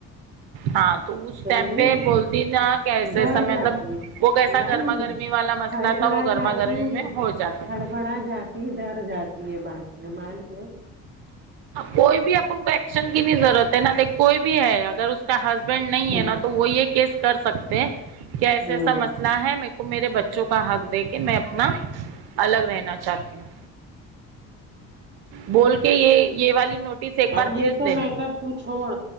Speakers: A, on the right; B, on the right.
A: ہاں تو اس
B: سمجھے
A: ٹائم پہ بولتی نا کیساسا
B: ڈر
A: مطلب
B: جاتی ہے
A: وہ کیسا
B: نہیں
A: گرما گرمی والا مسئلہ
B: ہڑبڑا
A: تھا وہ گرما
B: جاتی
A: گرمی میں ہو جاتا
B: ہڑبڑا
A: تھا
B: جاتی ڈر جاتی ہے بات ج معلوم ہے <unintelligible>
A: کوئی بھی اپ ان کو ایکشن کی نہیں ضرورت ہے نہ دیکھ کوئی بھی ہے اگر اس کا ہسبینڈ نہیں
B: ہوں
A: ہے نا تو وہ یہ کیس کر سکتے کہ ایسےایسے
B: ہوں
A: مثلا ہے مے کو میرے بچوں کا حق دے کے میں اپنا الگ رہنا چاہتی ہوں بول کے یہ یہ والی نوٹس ایک بار
B: اب
A: بھیج
B: یہ تو
A: دنے
B: میٹر تو چھوڑ